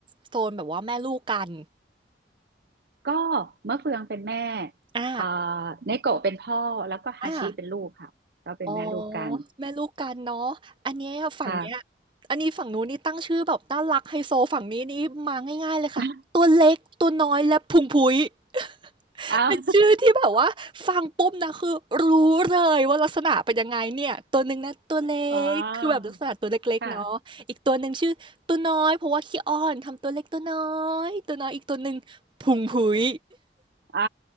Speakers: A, on the right; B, on the right.
A: โซนแบบว่าแม่ลูกกัน
B: ก็มะเฟืองเป็นแม่
A: อ่า
B: อ่าเนโกะเป็นพ่อแล้วก็ฮาชิเป็นลูกค่ะก็เป็นแม่ลูกกัน
A: อ่า อ๋อแม่ลูกกันเนาะอันเนี้ยฝั่งเนี้ย
B: ค่ะ
A: อันนี้ฝั่งนู้นนี่ตั้งชื่อแบบน่ารักไฮโซฝั่งนี้นี่มาง่ายๆเลยค่ะตัวเล็กตัวน้อยและพุงพุ้ย
B: <laughs>
A: <laughs>
B: อ้าว
A: เป็นชื่อที่แบบว่าฟังปุ๊บนะคือรู้เลยว่าลักษณะเป็นยังไงเนี่ยตัวหนึ่งนะตัวเล็กคือแบบลักษณะตัวเล็กๆเนาะอีกตัวหนึ่งชื่อตัวน้อยเพราะว่าขี้อ้อนทำตัวเล็กตัวน้อ
B: อ๋อค่ะ
A: ยตัวน้อยอีกตัวหนึ่งพุงพุ้ย
B: อ่า